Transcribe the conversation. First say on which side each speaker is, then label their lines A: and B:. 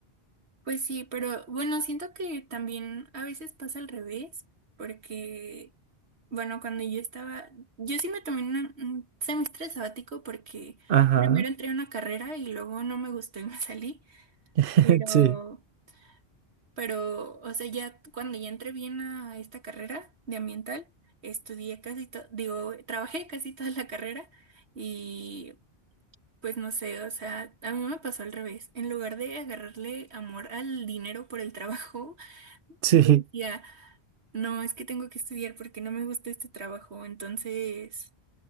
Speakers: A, on the right; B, on the right.
A: Pues sí, pero bueno, siento que también a veces pasa al revés, porque, bueno, cuando yo estaba, yo sí me tomé una- un semestre sabático porque
B: Ajá.
A: primero entré a una carrera y luego no me gustó y me salí,
B: <laughs>
A: pero... Pero, o sea, ya cuando ya entré bien a esta carrera de ambiental, estudié casi todo, digo, trabajé casi toda la carrera y pues no sé, o sea, a mí me pasó al revés. En lugar de agarrarle amor al dinero por el trabajo, <laughs>
B: Sí,
A: yo
B: sí.
A: decía, no, es que tengo que estudiar porque no me gusta este trabajo. Entonces,